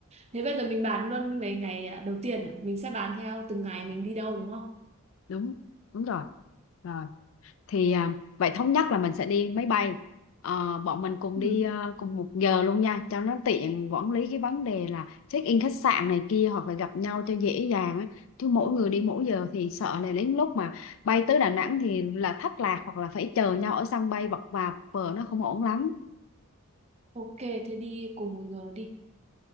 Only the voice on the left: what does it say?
đúng đúng rồi rồi thì à, vậy thống nhất là mình sẽ đi máy bay Ờ, bọn mình cùng
đi ờ, cùng một giờ luôn nha cho nó tiện quản lý cái vấn đề là check in khách sạn này kia hoặc là gặp nhau cho dễ dàng á chứ mỗi người đi mỗi giờ thì sợ là đến lúc mà bay tới Đà Nẵng thì là thất lạc hoặc là phải chờ nhau ở sân bay vật vã vờ nó không ổn lắm